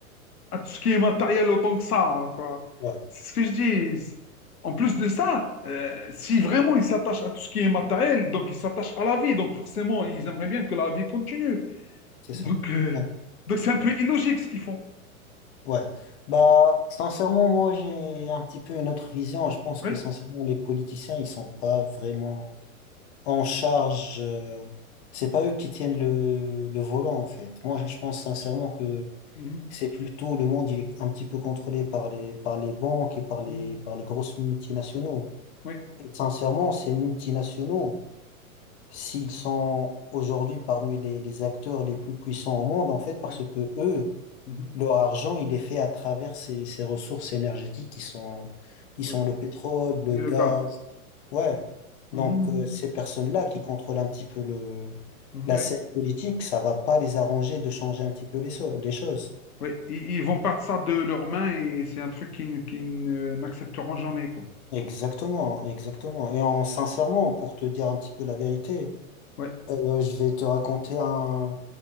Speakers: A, on the left; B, on the left.
A: à tout ce qui est matériel autant que ça, quoi.
B: ouais.
A: C'est ce que je dis. C'est- En plus de ça, euh, si vraiment ils s'attachent à tout ce qui est matériel, donc ils s'attachent à la vie, donc forcément ils aimeraient bien que la vie continue.
B: C'est
A: Donc
B: ça.
A: euh,
B: Ouais.
A: donc c'est un peu illogique ce qu'ils font.
B: Ouais. Bah, sincèrement, moi, j'ai un petit peu une autre vision. Je pense
A: Oui.
B: que, sincèrement, les politiciens, ils sont pas vraiment en charge. euh, C'est pas eux qui tiennent le, le volant, en fait. Moi, je je pense sincèrement que
A: Mhm.
B: c'est plutôt le monde, il est un petit peu contrôlé par les, par les banques et par les,
A: Mhm.
B: par les grosses multinationaux.
A: Oui.
B: Et sincèrement, ces multinationaux, s'ils
A: Mhm.
B: sont aujourd'hui parmi les, les acteurs les plus puissants au monde, en fait, parce
A: Oui.
B: que eux,
A: Mhm.
B: Leur argent, il est fait à travers ces, ces ressources énergétiques qui sont, qui
A: Oui.
B: sont le pétrole, le
A: Et
B: gaz.
A: le gaz.
B: Ouais.
A: Mhm.
B: Donc, euh, ces personnes-là qui contrôlent un petit peu le,
A: Mhm.
B: la
A: Oui.
B: scène politique, ça va pas les arranger de changer un petit peu les, so- les choses.
A: Oui. Ils, ils vont perdre ça de leurs mains et c'est un truc qu'ils ne- qu'ils ne- n'accepteront jamais, quoi.
B: Exactement, exactement. Et en, sincèrement, pour te dire un petit peu la vérité,
A: Oui.
B: Euh, je vais te raconter un,